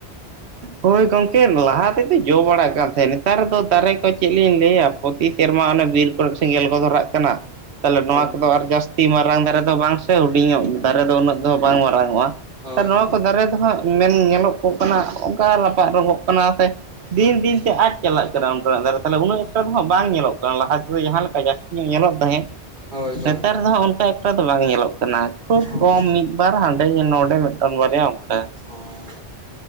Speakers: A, on the right (about 70°); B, on the right (about 50°).
A: ᱦᱳᱭ ᱜᱚᱢᱠᱮ ᱞᱟᱦᱟ ᱛᱮᱫᱚ ᱡᱚ ᱵᱟᱲᱟᱜ ᱠᱟᱱ ᱛᱟᱦᱮᱸᱫ ᱱᱮᱛᱟᱨ ᱫᱚ ᱫᱟᱨᱮ ᱠᱚ ᱪᱮᱫ ᱞᱤᱧ ᱞᱟᱹᱭᱟ᱾ ᱯᱨᱚᱛᱤ ᱥᱮᱨᱢᱟ ᱚᱱᱮ ᱵᱤᱨ ᱠᱚᱨᱮ ᱥᱮᱸᱜᱮᱞ ᱠᱚ ᱫᱷᱚᱨᱟᱜ ᱠᱟᱱᱟ ᱛᱟᱦᱚᱞᱮ ᱱᱚᱣᱟ
B: ᱦᱳᱭ
A: ᱠᱚᱫᱚ
B: ᱦᱳᱭ
A: ᱟᱨ ᱡᱟᱹᱥ ᱛᱤ ᱢᱟᱨᱟᱝ ᱫᱟᱨᱮ ᱫᱚ ᱵᱟᱝ ᱥᱮ ᱦᱩᱰᱤᱧᱚᱜ ᱫᱟᱨᱮ ᱫᱚ ᱩᱱᱟᱹᱜ ᱫᱚ ᱵᱟᱝ ᱢᱟᱨᱟᱝᱚᱜ-ᱟ᱾ ᱱᱮᱛᱟᱨ
B: ᱦᱳᱭ
A: ᱱᱚᱣᱟ
B: ᱦᱳᱭ
A: ᱠᱚ ᱫᱟᱨᱮ ᱫᱚ ᱦᱟᱸᱜ ᱢᱮᱱ ᱧᱮᱞᱚᱜ ᱜᱚᱜ ᱠᱟᱱᱟ ᱚᱱᱠᱟ ᱨᱟᱯᱟᱜ ᱨᱚᱸᱜᱚᱜ ᱠᱟᱱᱟ ᱥᱮ ᱫᱤᱱ ᱫᱤᱱ ᱛᱮ ᱟᱫ ᱪᱟᱞᱟᱜ ᱠᱟᱱᱟ ᱚᱱᱠᱟᱱᱟᱜ ᱫᱟᱨᱮ ᱛᱟᱦᱚᱞᱮ ᱩᱱᱟᱹᱜ
B: ᱦᱳᱭ
A: ᱮᱠᱴᱟ ᱫᱚ ᱦᱟᱸᱜ ᱵᱟᱝ ᱧᱮᱞᱚᱜ ᱠᱟᱱᱟ ᱞᱟᱦᱟ ᱛᱮᱫᱚ ᱡᱟᱦᱟᱸ ᱞᱮᱠᱟ ᱡᱟᱹᱥ ᱧᱮᱞᱚᱜ ᱛᱟᱦᱮᱸᱫ
B: ᱦᱳᱭ ᱦᱳᱭ ᱦᱳᱭ
A: ᱱᱮᱛᱟᱨ ᱫᱚ ᱦᱟᱸᱜ ᱚᱱᱠᱟ ᱮᱠᱴᱟ ᱫᱚ ᱵᱟᱝ ᱧᱮᱞᱚᱜ ᱠᱟᱱᱟ ᱠᱷᱩᱵᱽ
B: ᱚ
A: ᱠᱚᱢ ᱢᱤᱫ ᱵᱟᱨ ᱦᱟᱸᱰᱮ ᱱᱚᱰᱮ ᱢᱤᱫᱴᱟᱝ ᱵᱟᱨᱭᱟ ᱚᱱᱠᱟ
B: ᱚᱻ